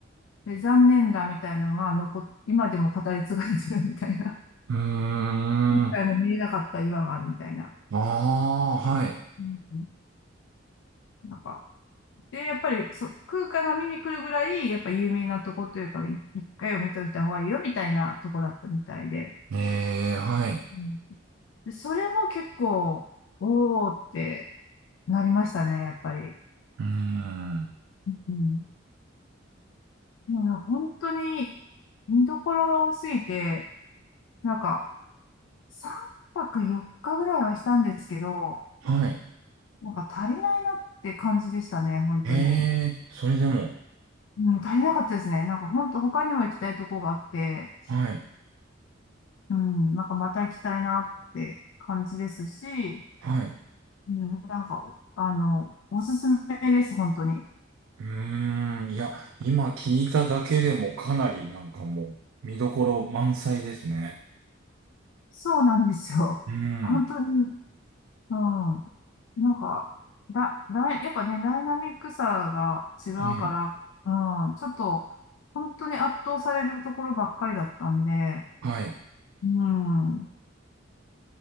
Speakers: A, on the left; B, on the right.
A: で、残念だみたいなのが残っ、今でも語り継がれてるみたいな。
B: うーん、
A: <laughs> 今回も見えなかった岩があるみたいな。
B: ああ、はい。
A: うんなんか、で、やっぱりそ、空間が見に来るぐらい、やっぱ有名なとこというか、い一回を見といた方がいいよみたいなとこだったみたいで。
B: へえ、はい。
A: うんで、それも結構、おーってなりましたね、やっぱり。
B: うーん、
A: うんいや、本当に見どころが多すぎて、なんか3泊4日ぐらいはしたんですけど、
B: はい。
A: なんか足りないなって感じでしたね、本当に。
B: ええ、それでも、
A: うん、足りなかったですね。なんか本当他にも行きたいとこがあって、
B: はい、
A: うん、なんかまた行きたいなって感じですし、
B: はい。
A: うん、なんか、あの、おすすめです、本当に。
B: うーん、いや、今聞いただけでもかなりなんかもう、見どころ満載ですね。
A: そうなんですよ。
B: うん、
A: 本当にうん。なんか、だ、だい、やっぱね、ダイナミックさが違うか
B: はい、
A: ら、うん、ちょっと、本当に圧倒されるところばっかりだったんで、
B: はい。
A: うん。